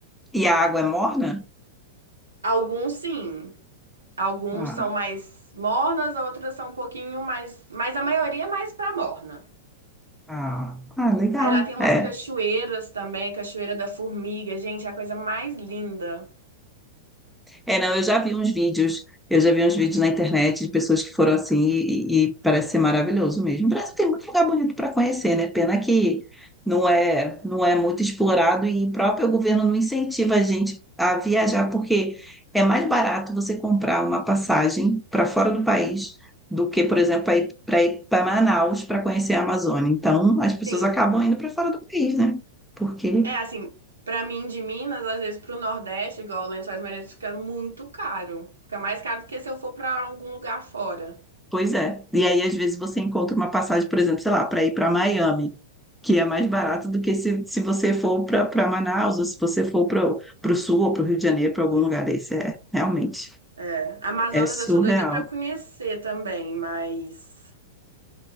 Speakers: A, in the centre; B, on the right (about 80°).
A: e a água é morna?
B: Alguns sim. Alguns
A: Ah,
B: são mais mornas, outras são um pouquinho mais. Mas a maioria é mais pra morna.
A: ah, ah, legal.
B: Aí lá tem umas
A: É.
B: cachoeiras também, Cachoeira da Formiga. Gente, é a coisa mais linda.
A: É, não, eu já vi uns vídeos, eu já vi uns vídeos na internet de pessoas que foram assim e, e parece ser maravilhoso mesmo. O Brasil tem muito lugar bonito para conhecer, né? Pena que não
B: Sim.
A: é, não é muito explorado e o próprio governo não incentiva a gente a viajar, porque é mais barato você comprar uma passagem para fora do país do que, por exemplo, para ir para ir para Manaus para conhecer a Amazônia. Então, as pessoas
B: Sim.
A: acabam indo para fora do país, né? Porque
B: É assim, pra mim de Minas, às vezes pro Nordeste, igual Lençóis Maranhenses, fica muito caro. Fica mais caro do que se eu for pra algum lugar fora.
A: Pois é. E aí, às vezes, você encontra uma passagem, por exemplo, sei lá, para ir para Miami, que é mais barato do que se, se você for para Manaus, ou se você for para o sul ou para o Rio de Janeiro, para algum
B: Sim.
A: lugar desse. É, realmente,
B: É. Amazonas
A: é surreal.
B: eu sou doida pra conhecer também, mas